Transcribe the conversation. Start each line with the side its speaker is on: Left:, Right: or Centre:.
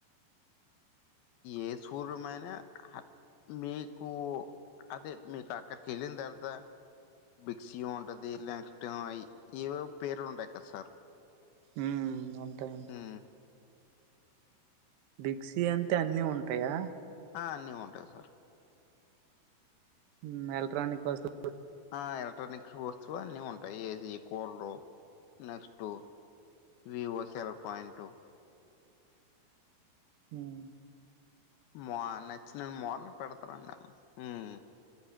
Left: ఏ షోరూమ్ అయినా హా మీకు అదే మీకు అక్కడికి వెళ్ళిన తర్వాత బిక్సీ ఉంటంది ల్యాంస్ట్యి <unintelligible> ఐ ఇవే పేర్లు ఉంటాయి కదా సార్
Right: ఉం ఉంటాయి
Left: ఉం
Right: బిగ్ సి అంటే అన్నీ ఉంటాయా
Left: ఆ అన్నీ ఉంటాయి సార్
Right: ఉమ్ ఎలెక్ట్రాన్నిక్ వస్తు
Left: ఆ ఎలక్ట్రానిక్స్ వస్తువు అన్ని ఉంటాయి AC cooler next Vivo cell point
Right: ఉమ్
Left: మా నచ్చిన మోడల్ పెడతారు అండీ నేను ఉం